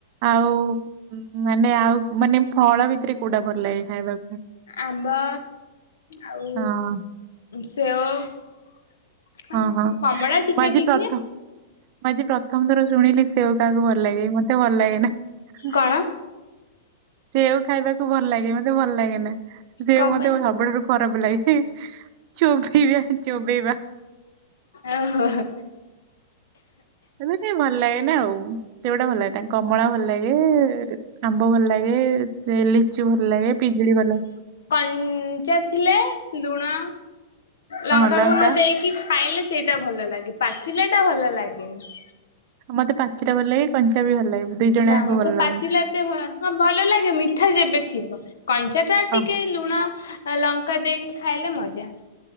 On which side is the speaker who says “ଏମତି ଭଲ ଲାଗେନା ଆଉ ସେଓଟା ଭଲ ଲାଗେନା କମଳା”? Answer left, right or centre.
Right